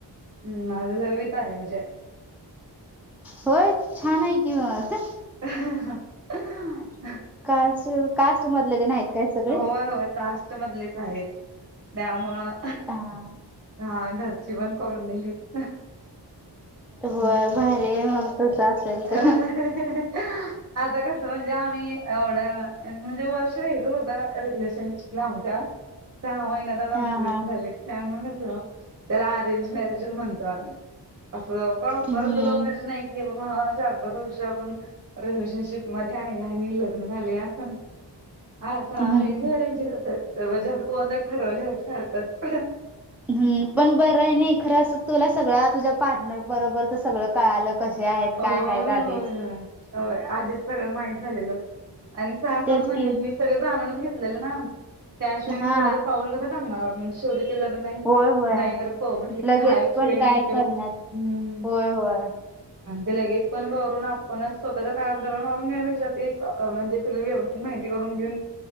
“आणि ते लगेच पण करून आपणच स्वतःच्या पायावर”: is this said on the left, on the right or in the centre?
Right